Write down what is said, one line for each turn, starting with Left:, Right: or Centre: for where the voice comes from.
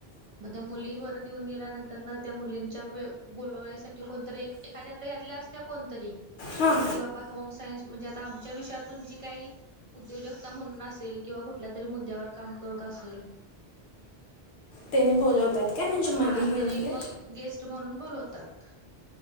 Right: मग त्या मुली परत येऊन गेल्यानंतर ना त्या मुलींच्या व बोलयसाठी कोणतरी एक एखाद्या यातल्या असत्या कोण तरी
Left: हां
Right: कि बाबा होम सायन्स म्हणजे आता आमच्या विषयातून जी काही उद्योजकता म्हणून असेल किंवा कुठल्या तरी मुद्द्यावर काम करत असेल
Left: त्यानी बोलवतात काय म्हणजे मध्ये
Right: हा
Left: येऊन
Right: त्याने
Left: तेण
Right: मग गेस्ट म्हणून बोलवतात